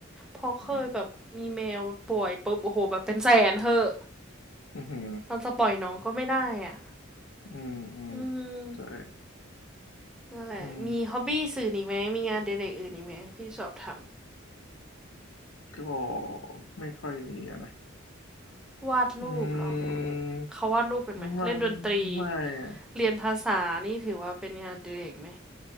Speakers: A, in the centre; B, on the left.
A: พอเคยแบบมีแมวป่วยปุ๊บโอ้โหแบบเป็นแสนเถอะ
B: อืมอือหือ
A: เราจะปล่อยน้องก็ไม่ได้อ่ะ
B: อืมอืม
A: อืม
B: ใช่
A: นั่นแหละมีฮ็อบบี้สื่ออีกไหมมีงานเด็กๆอื่นอีกไหมที่ชอบท
B: อืมก็ไม่ค่อยมีอะนะ
A: ำ วาดรูปเหรอ
B: อืม
A: เขาวาดรูปกันไหมเล่นดนตรี
B: มันไม่อะ
A: เรียนภาษานี่ถือว่าเป็นงานเด็กๆไหม